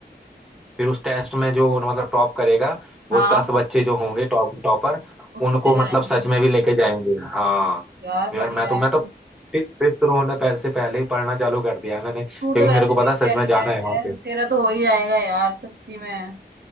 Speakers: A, in the centre; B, on the right.
A: फिर उस टेस्ट में जो मतलब टॉप करेगा
B: हाँ
A: वो दस बच्चे जो होंगे टॉप टॉपर
B: उसको
A: उनको
B: ले
A: मतलब
B: जाएंगे
A: सच में भी लेके जाएंगे हाँ
B: यार
A: तो
B: बढ़िया
A: यार मैं तो
B: है
A: मैं तो फिर फिर शुरू होने पहले से पहले ही पढ़ना चालू कर दिया है मैंने क्योंकि
B: तू तो वैसे
A: मेरे को
B: भी
A: पता
B: इंटेलिजेंट
A: है सच में जाना है वहाँ
B: है तेरा तो हो ही जाएगा यार सच्ची में